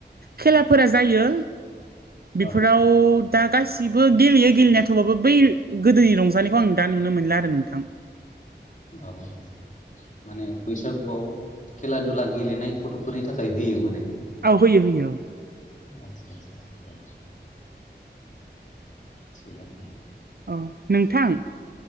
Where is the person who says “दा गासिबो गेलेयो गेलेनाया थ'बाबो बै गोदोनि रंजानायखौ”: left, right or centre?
Right